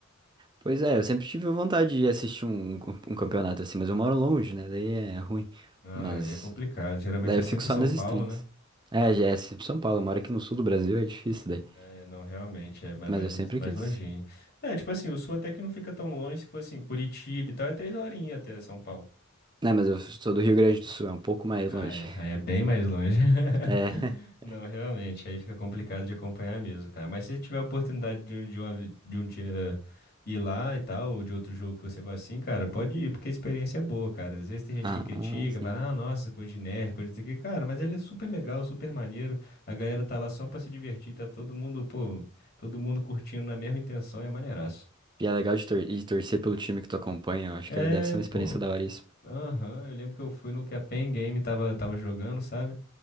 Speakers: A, on the right; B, on the left.
A: Pois é, eu sempre tive vontade de assistir um, com- um campeonato assim, mas eu moro longe, né? Daí é ruim.
B: Ah,
A: Mas
B: aí é complicado. Geralmente
A: daí
B: é
A: eu
B: sempre
A: fico só
B: em São
A: nas
B: Paulo,
A: streams.
B: né?
A: É, já é sempre São Paulo, eu moro aqui no sul do Brasil, é difícil daí.
B: É, não, realmente, é ma-
A: Mas
B: mais,
A: eu sempre
B: mais
A: quis.
B: longinho. É, tipo assim, o Sul até que não fica tão longe, se for assim, Curitiba e tal, é três horinhas até São Paulo.
A: Né, mas eu sou do Rio Grande do Sul, é um pouco mais
B: Ah,
A: longe.
B: é. Aí é bem mais longe. <laughs>
A: É. <laughs>
B: Não, realmente, aí fica complicado de acompanhar mesmo, cara. Mas se tiver a oportunidade de, de uma vi- de um dia ir lá e tal, ou de outro jogo que você gosta assim, cara, pode ir, porque a experiência é boa, cara. Às vezes tem gente
A: Ah,
B: que critica,
A: sim.
B: fala, ah, nossa, coisa de nerd, coisa de que, cara, mas ele é super legal, super maneiro. A galera tá lá só pra se divertir, tá todo mundo, pô, todo mundo curtindo na mesma intenção, é maneiraço.
A: E é legal de, tor- de torcer pelo time que tu acompanha, eu acho
B: É,
A: que deve ser uma experiência
B: pô.
A: da hora isso.
B: Aham, eu lembro que eu fui no que a Pen Game tava, tava jogando, sabe?